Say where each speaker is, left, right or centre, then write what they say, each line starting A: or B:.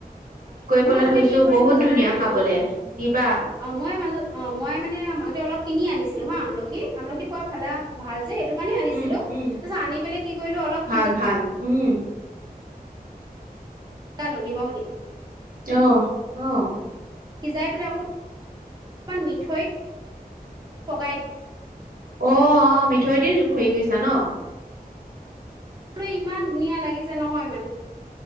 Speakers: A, on the right; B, on the right.
A: মোৰ
B: পেলাই
A: মাজতে
B: থৈছো
A: কি কৰিছিলো
B: বহুত
A: জানানে।
B: ধুনীয়া খাবলে
A: অ,
B: নিবা
A: অ মই মাজ অ মই মানে মাজতে অলপ। কিনি আনিছিলো হা আমলখি আমলখিত পোৱা ভালা ভাল সেইটো কাৰণে আনিছিলো
B: উম
A: তাৰপিছত
B: উম
A: আনি পেলাই কি কৰিলো অলপ
B: ভাল
A: সিজাই
B: ভাল উম
A: খালো নিমখ দি।
B: অহ অহ।
A: সিজাই পেলাই অকণমান অকমান মিঠৈত পগাই দিওঁ।
B: অ অ মিঠৈ দি খৰি গৈছে। ন?
A: বলৈ ইমান ধুনীয়া লাগিছে নহয় মানে।